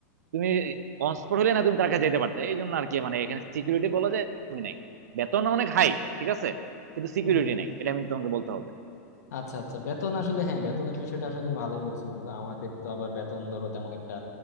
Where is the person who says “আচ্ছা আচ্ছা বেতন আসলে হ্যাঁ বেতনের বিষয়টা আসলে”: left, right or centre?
Left